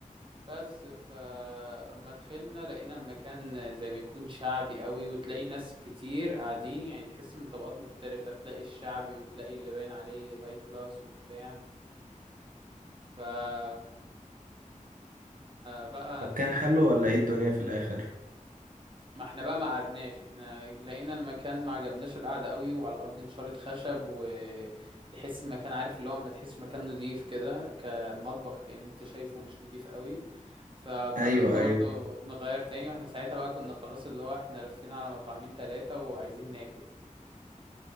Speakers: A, on the right (about 40°); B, on the right (about 80°).
A: بس فما دخلنا لقينا مكان زي ما يكون شعبي قوي وتلاقي ناس كتير قاعدين يعني تحس من طبقات مختلفة تلاقي الشعبي وتلاقي اللي باين عليه هاي كلاس وبتاع فجينا بقى
B: طب
A: نشوف
B: كان حلو ولا ايه الدنيا في الاخر
A: ما احنا بقى ما قعدناش احنا لقينا المكان ما عجبناش القعدة قوي وعلى الأرض نشارة خشب وتحس المكان عارف اللي هو ما تحسش مكان نضيف كده كمطبخ كأن انت شايفه مش نضيف قوي فقررنا
B: ايوه
A: <laughs>
B: ايوه
A: برضو نغير تاني واحنا ساعتها بقى كنا خلاص اللي هو احنا لفينا على مطعمين تلاتة وعايزين ناكل